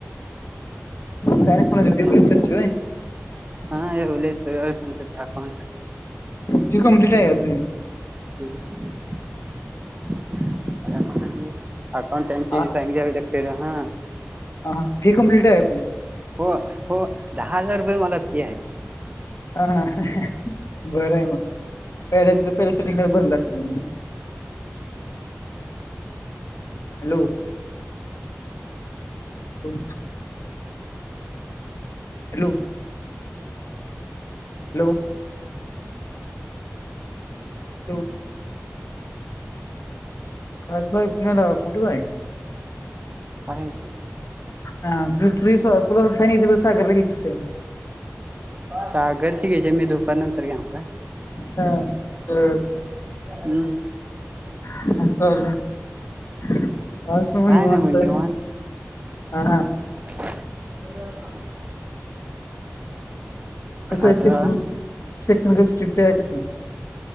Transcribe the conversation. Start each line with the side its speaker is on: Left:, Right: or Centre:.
Left: साईन पाहिजे
Right: मग
Left: ती <inaudible> ची होय?
Right: हा येवले सरच म्हणतात अकाउंटला.
Left: ती कंप्लीट आहे का तुझी?
Right: <inaudible> अकाउंट <unintelligible> ची
Left: हा
Right: साईन घ्यावी लागतेरे हा.
Left: हा हा हे कम्प्लीट आहे पण.
Right: हो हो, दहा हजार रुपये मला फी हाय.
Left: हा हा बरं हाय मग. पहिला तेच पहिला सेटिंग करायची भरलं असतं ना मग. हॅलो. हो. हॅलो. हॅलो. हॅलो. काय <unintelligible> कुठं आहे?
Right: आहे.
Left: हा तु तु तुला <unintelligible> सागरने घे की सेम.
Right: सागरची घ्यायची मी दुपार नंतर घेणार हाय.
Left: असं हाय बरं बरं.
Right: हं.
Left: <unintelligible> आज सगळं
Right: काय
Left: निवांत
Right: नाही मग
Left: हाय.
Right: निवांत
Left: हा हा.
Right: <inaudible>
Left: कसं
Right: आता
Left: आहे, सेक्शन सेक्शन कसं स्ट्रिक्ट आहे तसं.